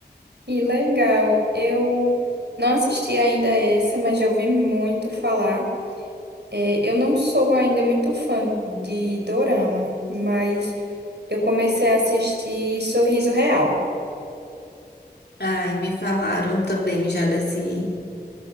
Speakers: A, on the right; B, on the left.
A: E legal. Eu não assisti ainda essa, mas já ouvi muito falar. É, eu não sou ainda muito fã de dorama, mas eu comecei a assistir Sorriso Real.
B: Ai, me falaram também já desse,